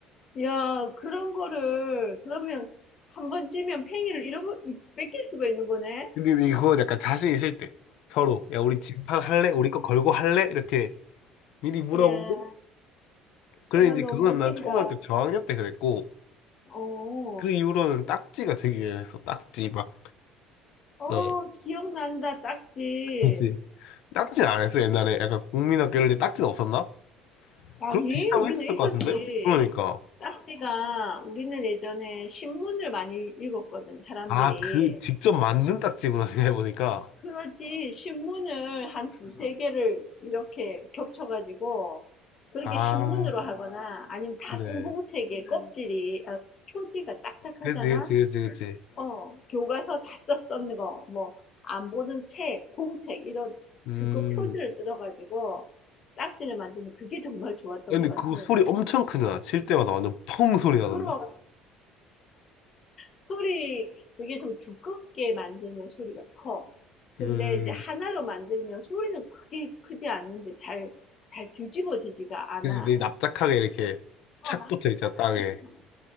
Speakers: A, on the left; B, on the left.
A: 야, 그런 거를, 그러면 한 번 찌면 팽이를 잃어버, 뺏길 수가 있는 거네?
B: 근데 이거 약간 자신 있을 때 서로 야 우리 진판 할래? 우리 거 걸고 할래? 이렇게 미리 물어보고
A: 이야,
B: 그래
A: 야,
B: 이제
A: 너무
B: 그건
A: 웃긴다.
B: 난 초등학교 저학년 때 그랬고
A: 어,
B: 그 이후로는 딱지가 되기 위해서 딱지 막
A: 어,
B: 어,
A: 기억난다, 딱지.
B: 그지 딱지는 안 했어, 옛날에. 약간 국민학교 이럴 때 딱지는 없었나?
A: 아니,
B: 그런 거 비슷한
A: 우리는
B: 거 있었을
A: 있었지.
B: 것 같은데? 그러니까.
A: 딱지가, 우리는 예전에 신문을 많이 읽었거든, 사람들이.
B: 아, 그, 직접 만든 딱지구나, 생각해보니까.
A: 그렇지, 신문을 한 두세 개를 이렇게 겹쳐가지고, 그렇게
B: 아,
A: 신문으로 하거나, 아니면 다
B: 그래.
A: 쓴 공책의 껍질이, 아, 표지가 딱딱하잖아?
B: 그치, 그치, 그치, 그치.
A: 어, 교과서 다 썼던 거, 뭐, 안 보는 책, 공책, 이런,
B: 음.
A: 그거 표지를 뜯어가지고 딱지를 만드는 그게 정말 좋았던
B: 근데
A: 것 같아.
B: 그 소리 엄청 크잖아. 칠 때마다 완전 펑 소리 나던데?
A: 그런 소리, 그게 좀 두껍게 만들면 소리가 커. 근데
B: 음.
A: 이제 하나로 만들면 소리는 크게 크지 않는데 잘, 잘 뒤집어지지가 않아.
B: 그치, 내 납작하게 이렇게
A: 어,
B: 착
A: 나
B: 붙어 있잖아,
A: 짝짝거리잖아.
B: 땅에.